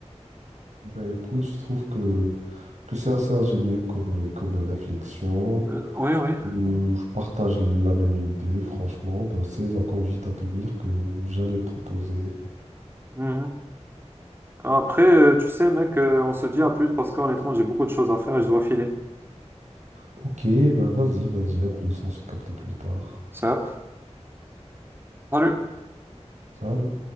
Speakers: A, on the right; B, on the right.
A: Ben écoute, je trouve que, que c'est assez ingénieux comme, comme réflexion.
B: Euh, oui,
A: Euh, Je partage la même idée, franchement. Bah, c'est la conduite à tenir que j'allais proposer.
B: oui. Après, euh, tu sais, mec, euh, on se dit à plus parce qu'honnêtement, j'ai beaucoup de choses à faire et je dois filer.
A: Ok, bah vas-y, vas-y, à plus, on se capte plus tard.
B: Ça. Salut!
A: Salut.